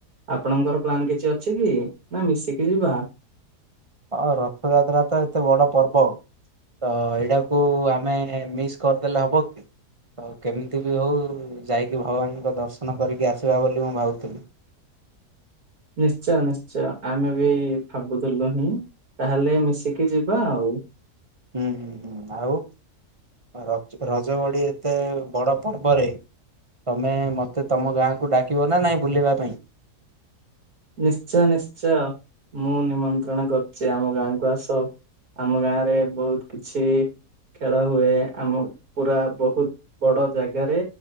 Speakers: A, on the right; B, on the right.
A: ଆପଣଙ୍କର ପ୍ଲାନ୍ କିଛି ଅଛି କି ନା ମିଶିକି ଯିବା।
B: ହଁ ରଥଯାତ୍ରା ତ ଏତେ ବଡ ପର୍ବ ତ ଏଇଟାକୁ ଆମେ ମିସ୍ କରିଦେଲେ ହବ କି ତ କେମିତି ବି ହଉ ଯାଇକି ଭଗବାନଙ୍କ ଦର୍ଶନ କରିକି ଆସିବା ବୋଲି ମୁଁ ଭାବୁଥିଲି।
A: ନିଶ୍ଚୟ ନିଶ୍ଚୟ ଆମେ ବି ଭାବୁଥିଲୁ ହିଁ ତାହେଲେ ମିଶିକି ଯିବା ଆଉ।
B: ହୁଁ ହୁଁ ହୁଁ ଆଉ ରଜ ରଜଗଡି ଏତେ ବଡ ପର୍ବରେ ତମେ ମତେ ତମ ଗାଁକୁ ଡାକିବ ନା ନାଇଁ ବୁଲିବା ପାଇଁ।
A: ନିଶ୍ଚୟ ନିଶ୍ଚୟ। ମୁଁ ନିମନ୍ତ୍ରଣ କରୁଛି ଆମ ଗାଁକୁ ଆସ ଆମ ଗାଁ ରେ ବହୁତ କିଛି ଖେଳ ହୁଏ ଆମ ପୁରା ବହୁତ ବଡ ଜାଗାରେ